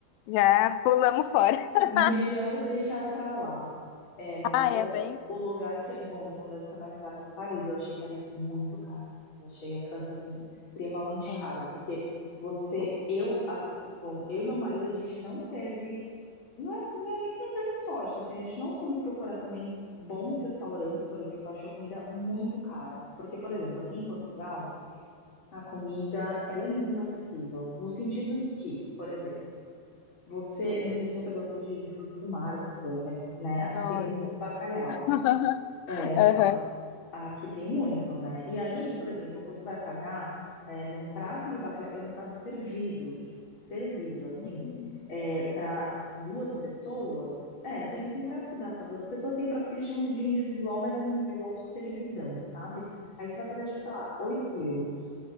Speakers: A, on the left; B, on the left.
A: Já pulamos fora. <laughs>
B: Melhor deixar pra lá. É, mas
A: Ah,
B: eu-
A: é bem.
B: o o lugar que é bom, então deve ser mais caro que Paris. Eu achei Paris muito caro. Eu achei a França assim extremamente
A: É.
B: caro, porque você, eu, a- bom, eu e meu marido a gente não teve Não é, não é nem que não teve sorte, assim, a gente não soube procurar também bons restaurantes, por exemplo, eu achei a comida muito
A: Hum,
B: cara. Porque, por exemplo, aqui em Portugal, a comida, ela é muito acessível, no sentido que, por exemplo, você, não sei se você gosta de, de frutos do mar, essas coisas, mas, né, aqui
A: adoro.
B: tem muito bacalhau.
A: <laughs>
B: É, então,
A: Aham.
B: Aqui tem muito, né? E aí, por exemplo, você vai pagar é, num prato de bacalhau, é um prato servido, tipo, servido, assim,
A: Uhum.
B: para duas pessoas. É, tem, tem prato que dá para duas pessoas, tem prato que eles chamam de individual, mas é um individual servidão, sabe? Aí você vai pagar, tipo, sei lá, 8 euros.